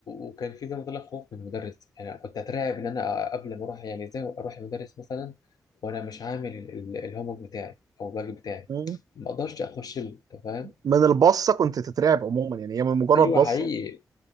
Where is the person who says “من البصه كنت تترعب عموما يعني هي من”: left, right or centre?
Right